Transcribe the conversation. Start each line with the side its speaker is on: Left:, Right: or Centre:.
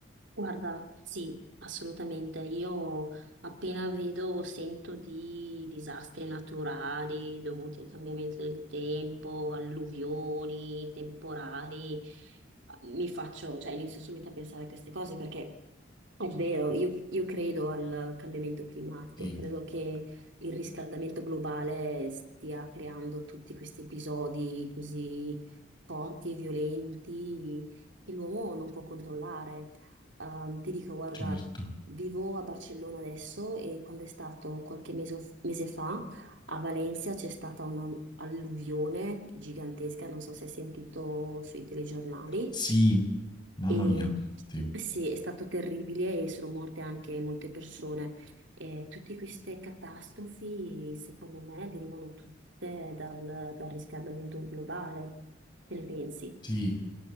Right: Guarda, sì, assolutamente. Io appena vedo o sento di disastri naturali dovuti al cambiamento del tempo, alluvioni, temporali, mi faccio, cioè inizio subito a pensare a queste cose perché È vero, io, io credo al cambiamento climatico,
Left: Sì,
Right: credo che il riscaldamento globale stia creando tutti questi episodi così forti e violenti che l'uomo non può controllare. Ehm, ti dico, guarda,
Left: certo.
Right: vivo a Barcellona adesso e quando è stato qualche mese, mese fa a Valencia c'è stata un'alluvione gigantesca, non so se hai sentito sui telegiornali.
Left: Sì, mamma
Right: E
Left: mia, sì.
Right: eh sì, è stato terribile e sono morte anche molte persone. E tutte queste catastrofi, secondo me, derivano tutte dal, dal riscaldamento globale. Che ne pensi?
Left: Sì,